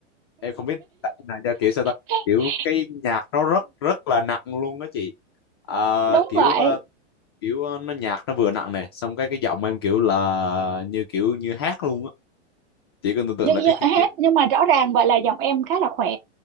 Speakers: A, on the left; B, on the right.
A: em không biết diễn tả như nào cho kiểu sao
B: <laughs>
A: ta kiểu cái nhạc nó rất rất là nặng luôn đó chị Ờ,
B: đúng
A: kiểu
B: vậy
A: ờ, kiểu ờ, nó nhạc nó vừa nặng này xong cái cái giọng em kiểu là như kiểu như hát luôn á chị có tưởng tượng
B: nhưng,
A: là
B: nhưng
A: cái cái
B: hết
A: kiểu
B: nhưng mà rõ ràng vậy là giọng em khá là khỏe